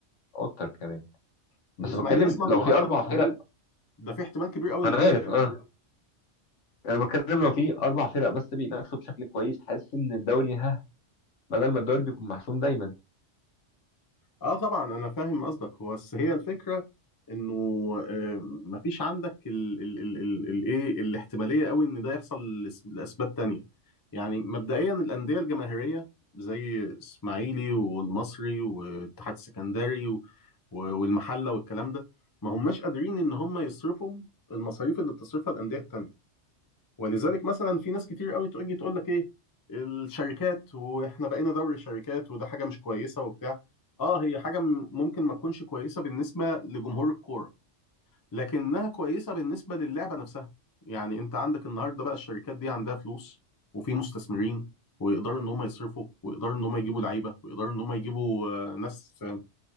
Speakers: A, on the left; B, on the left.
A: اكتر كمان
B: <laughs>
A: بس
B: الاسماعيلي
A: بتكلم
B: اصلا مهدد
A: لو في اربع
B: بالهبوط
A: فرق
B: ده في احتمال كبير قوي
A: ما
B: انه
A: انا عارف
B: ينزل
A: اه انا بتكلم لو في اربع فرق بس بينافسوا بشكل كويس حاسس ان الدوري ها بدل ما الدوري بيكون محسوم دايما
B: اه طبعا انا فاهم قصدك هو بس هي الفكره انه آه، مفيش عندك ال ال ال ال ال ايه الاحتماليه قوي ان ده يحصل لس- لاسباب تانية يعني مبدئيا الانديه الجماهيريه زي اسماعيلي والمصري والاتحاد السكندري و- و- والمحله والكلام ده ما هماش قادرين ان هم يصرفوا المصاريف اللي بتصرفها الانديه التانية ولذلك مثلا في ناس كتير قوي تيجي تقول لك ايه الشركات واحنا بقينا دوري الشركات وده حاجه مش كويسه وبتاع اه هي حاجه م- ممكن ما تكونش كويسه بالنسبه لجمهور الكوره لكنها كويسه بالنسبه للعبه نفسها يعني انت عندك النهارده بقى الشركات دي عندها فلوس وفي مستثمرين ويقدروا ان هم يصرفوا ويقدروا ان هم يجيبوا لعيبه ويقدروا ان هم يجيبوا آه، ناس آه،